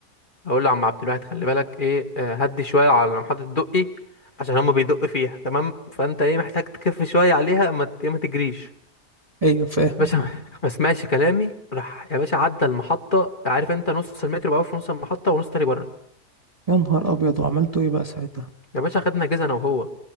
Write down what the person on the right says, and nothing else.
أيوة فاهم
يا نهار أبيض وعملتوا إيه بقى ساعتها